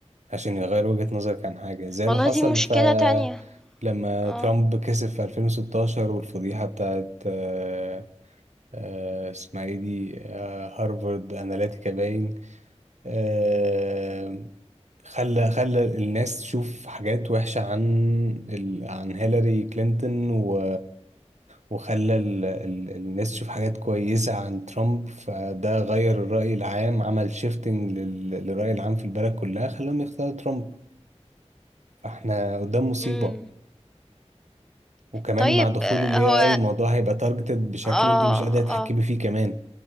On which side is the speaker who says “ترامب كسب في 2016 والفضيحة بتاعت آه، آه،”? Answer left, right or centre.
Right